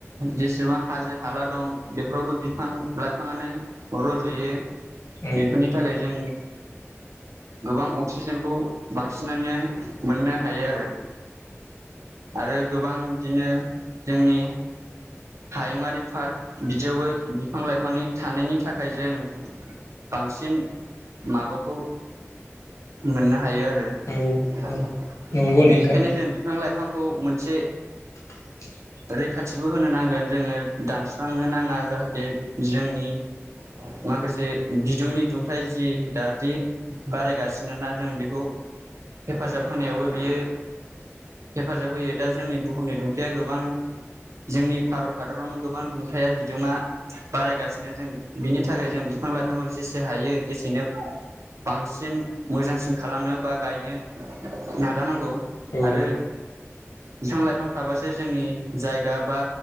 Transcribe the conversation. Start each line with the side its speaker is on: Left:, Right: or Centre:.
Right: जेसेबां हाजो हाला दं बेफोरावबो बिफां लाइफाङानो रजयो
Left: औ
Right: बेफोरनि थाखाय जों गोबां अक्सिजेनखौ बांसिन माने मोननो हायो आरो आरो गोबां बिदिनो जोंनि हायुंङारि पार्क बिदियावबो बिफां लाइफांनि थानायनि थाखाय जों बांसिन माबाखौ मोननो हायो आरो
Left: औ
Right: बेनिखायनो
Left: औ नंगौ नोंथां
Right: जों बिफां लाइफांखौ मोनसे
Left: <unintelligible>
Right: रैखाथिबो होनो नांगोन जोङो दानस्रांनो नाङा जाहाथे जोंनि माखासे बिदुंनि दुंथाय जि दादि बारायगासिनो मानोना जों बेखौ हेफाजाब होनायावबो बियो हेफाजाब होयो दा जोंनि बुहुमनि दुंथाया गोबां जोंनि भारत हादरावनो गोबां दुंथाया बिदुङा बारायगासिनो जों बिनि थाखाय जों बिफां लाइफांफोर जेसे हायो एसेनो बांसिन मोजांसिन खालामनो बा गायनो नाजानांगौ
Left: औ
Right: आरो बिफां लाइफां थाबासो जोंनि जायगा बा